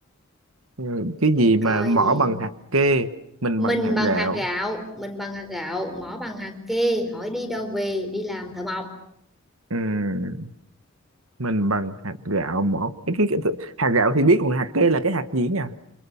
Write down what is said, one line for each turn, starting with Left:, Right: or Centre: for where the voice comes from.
Right: ừ, cái
Centre: để
Right: gì mà
Centre: coi
Right: mỏ
Centre: gì
Right: bằng hạt kê mình
Centre: mình
Right: bằng hạt
Centre: bằng
Right: gạo
Centre: hạt gạo mình bằng hạt gạo mỏ bằng hạt kê hỏi đi đâu về đi làm thợ mộc
Right: ừ, mình bằng hạt gạo mỏ cái, cái, cái hạt gạo thì biết còn hạt kê là cái hạt gì nha